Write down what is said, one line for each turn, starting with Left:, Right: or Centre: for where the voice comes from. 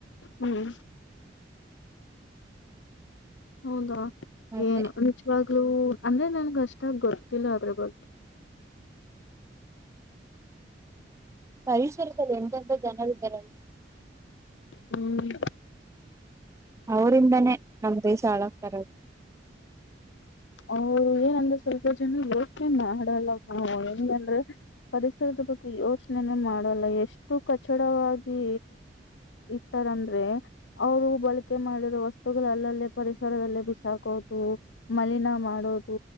Left: ಹ್ಮ್ ಹೌದಾ
Right: ಅದೇ
Left: ಏನು ನಿಜವಾಗ್ಲುೂ ಅಂದ್ರೆ ನನ್ಗ ಅಷ್ಟಾಗಿ ಗೊತ್ತಿಲ್ಲ ಅದ್ರ ಬಗ್ಗೆ
Right: ಪರಿಸರದಲ್ಲಿ ಅತ್ಯಂತ ಜನ ವಿತರ
Left: ಹ್ಮ
Right: ಅವರಿಂದಾನೇ ನಮ್ ದೇಶ ಹಾಳಾಗ್ತಿರೋದು
Left: ಅವರು ಏನಂದ್ರೆ ಸ್ವಲ್ಪ ಜನ ಯೋಚನೆ ಮಾಡಲ್ಲ ನಾವು ಹೆಂಗಂದ್ರೆ ಪರಿಸರದ ಬಗ್ಗೆ ಯೋಚನೆನೇ ಮಾಡಲ್ಲ ಎಷ್ಟು ಕಚ್ಚಡವಾಗಿ ಇತಾರಂದ್ರೆ ಅವ್ರು ಬಳಕೆ ಮಾಡಿರೋ ವಸ್ತುಗಳು ಅಲ್ಲಲ್ಲೇ ಪರಿಸರದಲ್ಲೇ ಬಿಸಾಕೋದು ಮಲಿನ ಮಾಡೋದು